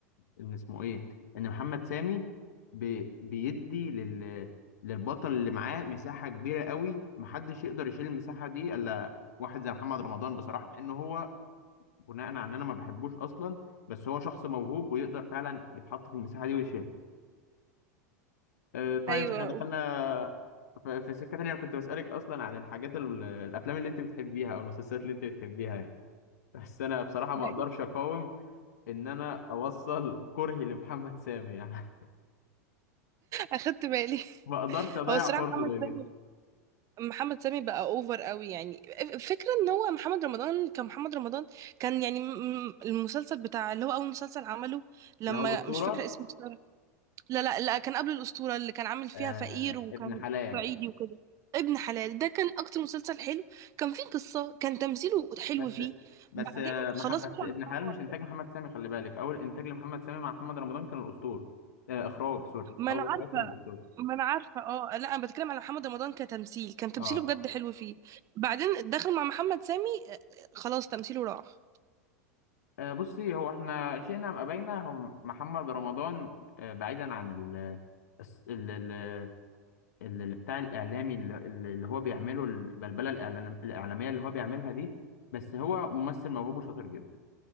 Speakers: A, on the left; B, on the right.
A: ان اسمه ايه ان محمد سامي بي... بيدي لل للبطل اللي معاه مساحه كبيره قوي محدش يقدر يشيل المساحه دي الا واحد زي محمد رمضان بصراحه لان هو بناء على ان انا ما بحبوش اصلا بس هو شخص موهوب ويقدر فعلا يتحط في المساحه دي ويشيلها آه، طيب
B: أيوه
A: احنا دخلنا
B: <laughs>
A: ف- في سكه تانية انا كنت بسالك اصلا عن الحاجات ال- الافلام اللي انت بتحبيها او المسلسلات اللي انت بتحبيها يعني بس انا بصراحه ما
B: بحس-
A: اقدرش اقاوم ان انا اوصل كرهي لمحمد سامي يعني
B: أخدت بالي
A: <laughs> ما اقدرش اضيع
B: هو الصراحة
A: فرصه
B: محمد
A: زي دي
B: سامي محمد سامي بقى أوفر قوي يعني فكرة إن هو محمد رمضان كان محمد رمضان كان يعني م- م- المسلسل بتاع اللي هو أول مسلسل عمله لما
A: اللي هو الاسطوره
B: مش فاكرة اسمه بصراحة، لا لا لا كان قبل الأسطورة اللي كان عامل فيها
A: آه
B: فقير وكان
A: ابن حلال
B: صعيدي وكده ابن حلال ده كان أكتر مسلسل حلو كان فيه قصة كان تمثيله حلو
A: بس
B: فيه
A: بس
B: بعدين
A: مح...
B: خلاص
A: بس
B: مش على
A: ابن حلال
B: الأسطورة.
A: مش انتاج محمد سامي خلي بالك اول انتاج لمحمد سامي مع محمد رمضان كان الاسطول آه اخراج سوري
B: ما
A: اول
B: أنا عارفة
A: اخراج كان الاسطول
B: ما أنا عارفة اه لا أنا بتكلم على محمد رمضان كتمثيل كان تمثيله
A: اه
B: بجد حلو فيه بعدين دخل مع محمد سامي آه، خلاص تمثيله راح
A: آه، بصي هو احنا شئنا ام ابينا هو محمد رمضان آه بعيدا عن ال الس- ال ال ال- ال- بتاع الاعلامي ال- ال- اللي هو بيعمله البلبله الإعلام- الاعلاميه اللي هو بيعملها دي بس هو ممثل موهوب وشاطر جدا